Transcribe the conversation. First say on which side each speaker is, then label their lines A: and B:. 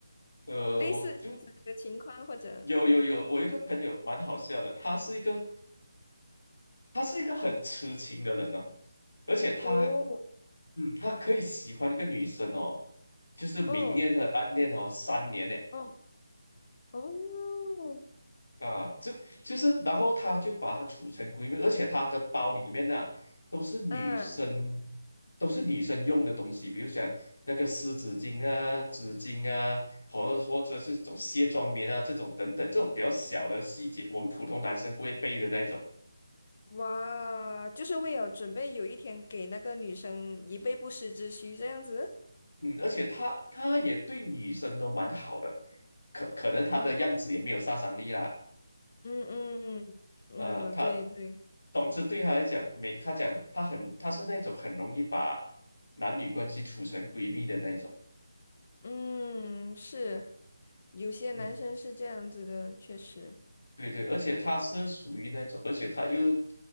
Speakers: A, on the left; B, on the left.
A: 呃，
B: 类似这样子的情况或者？
A: 我就有有有，我有一个朋友蛮好笑的，他是一个他是一个很痴情的人哦，而且他
B: 哦。
A: 嗯，他可以喜欢一个女生哦，就是明恋和暗恋哦，
B: 哦
A: 三年呢。
B: 哦哦，
A: 啊，这就是，然后他就把它储成闺蜜，而且他的包里面呢、都是女生，
B: 嗯，
A: 都是女生用的东西，比如讲那个湿纸巾啊、纸巾啊，或者或者是这种卸妆棉啊这种等等，这种比较小的细节，我们普通男生不会背的那一种。
B: 哇，就是为了准备有一天给那个女生以备不时之需这样子。
A: 嗯，而且他他也对女生都蛮好的，可可能他的样子也没有杀伤力啦，
B: 哦，嗯嗯嗯，
A: 呃，他
B: 对对，
A: 总之对他来讲，没他讲他很他是那种很容易把男女关系处成闺蜜的那一种。
B: 嗯，是，有些男生是这样子的，
A: 嗯，
B: 确实，
A: 对对，而且他是属于那种，而且他又